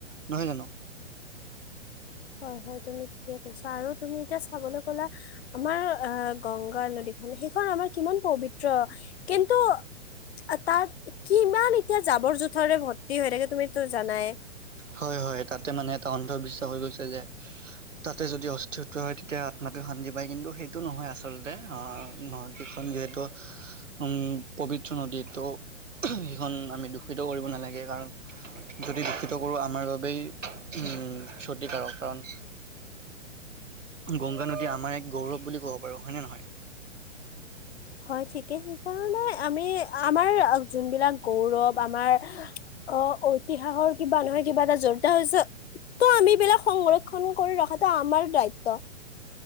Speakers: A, on the right (about 85°); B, on the left (about 55°).
A: নহয় জানো?
B: হয়, হয় তুমি ঠিকে কৈছা আৰু তুমি এতিয়া চাবলৈ কলা আমাৰ আ গংগা নদী খনে সেই। এইখন আমাৰ কিমান পবিত্ৰ। কিন্তু আ তাৰ কিমান এতিয়া জাবৰ জোথৰেৰে ভৰ্তি হৈ থাকে তুমিটো জানায়ে?
A: হয়, হয় তাতে মানে এটা অন্ধবিশ্বাস হৈ গৈছে যে, তাতে যদি অস্থিৰত্ব হয় তেতিয়া আত্মাটোই শান্তি পায় কিন্তু সেইটো নহয় আচলতে, অহ নদীখন যিহেতু উম পবিত্ৰ নদী ত' সেইখন আমি দূষিত কৰিব নালাগে কাৰণ যদি দূষিত কৰো আমাৰ বাবেই উম ক্ষতিকাৰক কাৰণ গংগা নদী আমাৰ এক গৌৰৱ বুলি ক'ব পাৰো হয়নে নহয়?
B: হয় ঠিকে সেইকাৰণে আমি আমাৰ আ যোনবিলাক গৌৰৱ আমাৰ অ' ইতিহাসৰ কিবা নহয় কিবা এটা জৰিত হৈছে ত' আমি বিলাক সংৰক্ষন কৰি ৰাখি ৰখাটো আমাৰ দায়িত্ব।